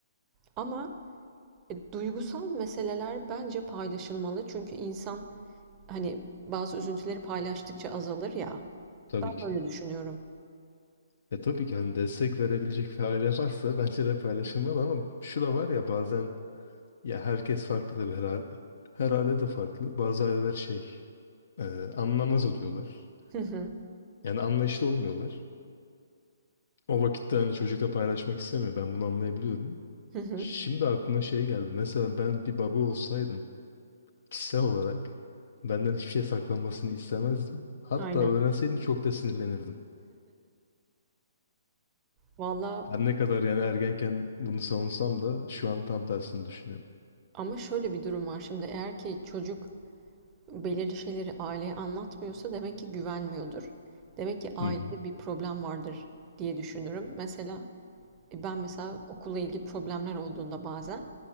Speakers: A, on the right; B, on the left.
A: Ama, eee, duygusal meseleler bence paylaşılmalı. Çünkü insan Hani, bazı üzüntüleri paylaştıkça azalır ya.
B: tabii
A: Ben
B: ki.
A: böyle düşünüyorum.
B: E tabii ki hani destek verebilecek bir aile varsa bence de paylaşılmalı ama şu da var ya bazen ya herkes farklı tabii her aile, her aile de farklı. Bazı aileler şey e, anlamaz oluyorlar.
A: Hı hı.
B: Yani anlayışlı olmuyorlar. O vakitte hani çocukla paylaşmak istemiyor. Ben bunu anlayabiliyorum.
A: Hı hı.
B: Şimdi aklıma şey geldi. Mesela ben bir baba olsaydım kişisel olarak benden hiçbir şey saklanmasını istemezdim. Hatta
A: Aynen.
B: öğrenseydim çok da sinirlenirdim.
A: Valla
B: Her ne kadar yani ergenken bunu savunsam da şu an tam tersini düşünüyorum.
A: ama şöyle bir durum var şimdi eğer ki çocuk belirli şeyleri aileye anlatmıyorsa demek ki güvenmiyordur. Demek ki ailede
B: Hı hı.
A: bir problem vardır diye düşünürüm. Mesela, e, ben mesela okulla ilgili problemler olduğunda bazen